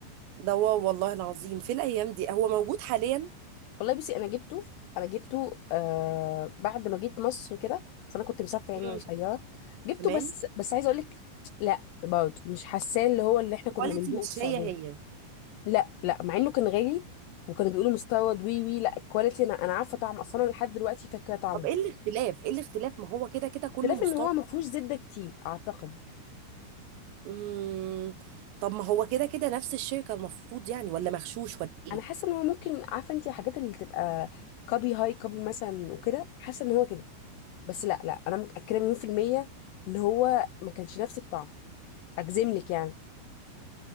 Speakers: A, on the right; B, on the left.
A: ده هو والله العظيم في الايام دي هو موجود حاليا
B: والله بصي انا جبته انا جبته آه بعد ما جيت مصر كده بس انا كنت مسافره يعني
A: مم.
B: وانا صغيره جبته
A: تمام
B: بس بس عايزه اقول لك لا برضه مش حاساه اللي هو اللي احنا
A: كواليتي
B: كنا بندوقه
A: مش
B: في السعوديه
A: هي هي
B: لا لا مع انه كان غالي وكانوا بيقولوا مستورد وي وي لا الكواليتي انا انا عارفه طعمه اصلا أنا لحد دلوقتي فاكره طعمه
A: طب ايه الاختلاف ايه الاختلاف ما هو كده كده كله
B: اختلاف
A: مستورد
B: ان هو ما فيهوش زبده كتير اعتقد
A: امم طب ما هو كده كده نفس الشركه المفروض يعني ولا مغشوش ولا ايه
B: انا حاسه ان هو ممكن عارفه انت الحاجات اللي تبقى كابي هاي كابي مثلا وكده حاسه ان هو كده بس لا لا انا متاكده مليون في الميه ان هو ما كانش نفس الطعم اجزم لك يعني